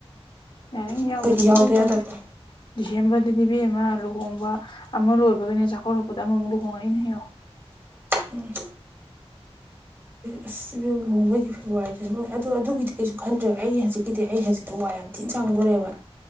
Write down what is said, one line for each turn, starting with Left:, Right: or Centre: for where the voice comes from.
Left: ꯌꯥꯔꯤꯉꯩ
Right: ꯑꯩꯈꯣꯏꯗꯤ
Left: ꯌꯥꯎꯗꯅꯕ
Right: ꯌꯥꯎꯗ
Left: ꯂꯣꯏ ꯇꯧꯔꯛꯏ
Right: ꯌꯥꯗꯕ
Left: ꯑ ꯁꯦꯝꯦꯝꯕꯗꯗꯤ ꯕꯤ ꯑꯃ ꯂꯨꯍꯣꯡꯕ ꯑꯃ ꯂꯣꯏꯕꯒꯤꯅꯦ ꯆꯥꯛꯀꯧꯔꯛꯄꯗ ꯑꯃꯃꯨꯛ ꯂꯨꯍꯣꯡꯉꯛꯏꯅꯦ ꯍꯥꯏꯡꯛꯣ
Right: ꯎꯝ ꯑꯁ ꯂꯨꯍꯕꯩꯗꯤ ꯐꯦꯕꯋꯥꯔꯤꯗꯁꯨ ꯑꯗ ꯑꯗꯨꯒꯤꯗꯤ ꯀꯩꯁꯨ ꯈꯟꯗ꯭ꯔꯦꯕ ꯑꯩ ꯍꯧꯖꯤꯛꯀꯤꯗꯤ ꯑꯩ ꯍꯧꯖꯤꯛꯇꯤ ꯋꯥ ꯌꯥꯝ ꯊꯤꯤꯟ ꯁꯥꯡꯉꯦ ꯈꯣꯡꯗꯣꯔꯛꯦꯕ